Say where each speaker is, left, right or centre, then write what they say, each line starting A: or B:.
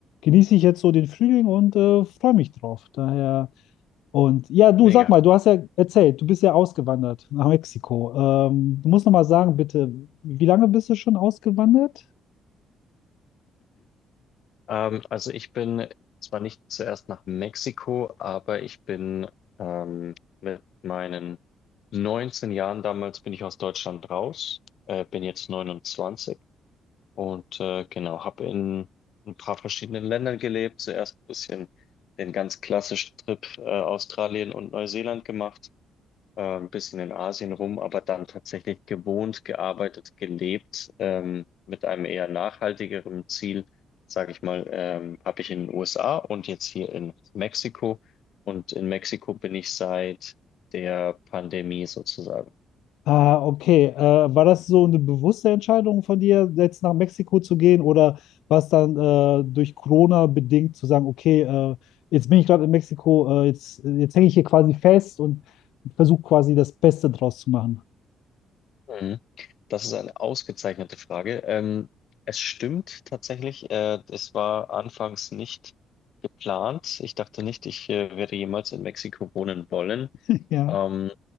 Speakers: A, on the left; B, on the left.
A: genieße ich jetzt so den Frühling und äh, freue mich drauf. Daher und ja, du
B: Mega.
A: sag mal, du hast ja erzählt, du bist ja ausgewandert nach Mexiko. Ähm, du musst noch mal sagen, bitte, wie lange bist du schon ausgewandert?
B: Ähm, also ich bin zwar nicht zuerst nach Mexiko, aber ich bin ähm, mit meinen 19 Jahren damals bin ich aus Deutschland raus, äh, bin jetzt 29 und äh, genau, habe in ein paar verschiedenen Ländern gelebt. Zuerst ein bisschen den ganz klassischen Trip äh, Australien und Neuseeland gemacht äh, ein bisschen in Asien rum, aber dann tatsächlich gewohnt, gearbeitet, gelebt, ähm, mit einem eher nachhaltigeren Ziel, sage ich mal, ähm, habe ich in den USA und jetzt hier in Mexiko. Und in Mexiko bin ich seit der Pandemie sozusagen.
A: Ah, okay. Äh, war das so eine bewusste Entscheidung von dir, jetzt nach Mexiko zu gehen, oder war es dann äh, durch Corona bedingt zu sagen, okay, äh, jetzt bin ich gerade in Mexiko, äh, jetzt, jetzt hänge ich hier quasi fest und versuche quasi das Beste draus zu machen?
B: Mhm. Das ist eine ausgezeichnete Frage. Ähm, es stimmt tatsächlich, äh, es war anfangs nicht geplant. Ich dachte nicht, ich äh, werde jemals in Mexiko wohnen wollen.
A: <laughs> Ja.
B: Ähm,